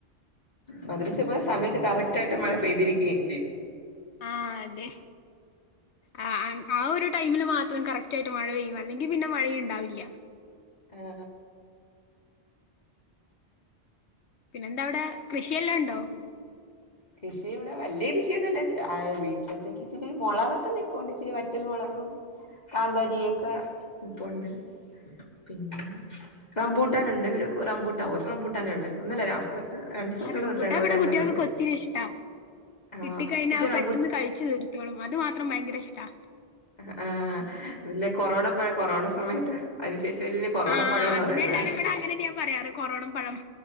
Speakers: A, on the left; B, on the left.
A: മദ്രസപ്പ സമയത്ത് കറക്റ്റ് ആയിട്ട് മഴ പെയ്തിരിക്കേം ചെയ്യും.
B: ആ അതെ ആ ആ ആ ഒരു ടൈമില് മാത്രം കറക്റ്റായിട്ട് മഴ പെയ്യു അല്ലെങ്കി പിന്നെ മഴേണ്ടാവില്ല.
A: ആ
B: പിന്നെന്താ അവിടെ കൃഷിയെല്ലാം ഉണ്ടോ.
A: ആഹ് കൃഷി ഇവിടെ വലിയ കൃഷിയൊന്നല്ല വീട്ടിലത്തേക്ക് ഇച്ചിരി മുളകൊക്കെന്ന ഇപ്പണ്ട് ഇച്ചിരി വറ്റൽ മുളകും..... കാന്തരിയൊക്കെ നിപ്പോണ്ട് പിന്നെ റംബൂട്ടാന ഉണ്ട് ഒരു റംബൂട്ടാ ഒരു റംബൂട്ടാനെള്ളേ ഒന്നല്ല അപ്പുറത്ത്.. സ്ഥലത്തൂടെ
B: ആ റമ്പൂട്ട
A: ഒരു
B: ഇവിടെ
A: രണ്ടെണ്ണം
B: കുട്ടികൾക്ക്
A: ഉണ്ട്
B: കൊത്തിരി ഇഷ്ടാ......
A: ആഹ്
B: കിട്ടിക്കഴിഞ്ഞ
A: പക്ഷെ റംബൂ
B: പെട്ടന്ന് കഴിച്ചു തീർത്തോളും അത് മാത്രം ഭയങ്കര ഇഷ്ടാ........
A: ആ ആ ഇല്ല കൊറോണപ്പ കൊറോണ സമയത്ത് അതിനുശേ....... <unintelligible> കൊറോണ
B: ആ
A: പഴംന്ന്
B: അതിനെ
A: പറയുന്ന
B: എല്ലാരും ഇവിടെ അങ്ങനെന്നെയാ പറയാറ് കൊറോണം പഴം